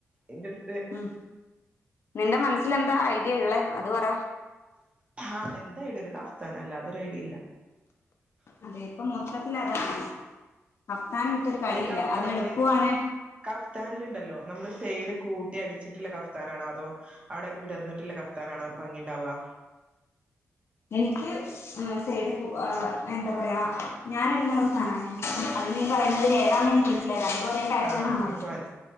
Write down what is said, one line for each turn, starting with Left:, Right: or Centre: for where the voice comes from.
Right: എന്റെടുത്ത്
Left: ഉം നിന്റെ മനസ്സൽ എന്താ ഐഡിയ ഉള്ളേ അത് പറ
Right: ആഹ് എന്ത ഐഡിയ ഒരു കഫ്താന അല്ലാതൊരു ഐഡി ഇല്ല
Left: അതെ ഇപ്പം മൊത്തത്തി അതാണ് കഫ്ത്താണി വിട്ടൊരു കളിയില്ല
Right: ഈ കഫ്താനില്
Left: അത് എളുപ്പമാണ്
Right: കഫ്താനിലുണ്ടല്ലോ നമ്മള് സൈഡ് കൂട്ടി അടിച്ചിട്ടില്ല കഫ് താനാണോ അതോ അവിടെ വിടർന്നിട്ടില്ല കഫ്താനാണോ ഭംഗിണ്ടാവുക
Left: എനിക്ക് സൈഡ് <unintelligible> എന്താ പറയാ ഞാനിന്ന ഫാ ഈ പറയുന്നത് <unintelligible>
Right: ആഹ്
Left: ആണല്ലോ
Right: എനിക്ക് മന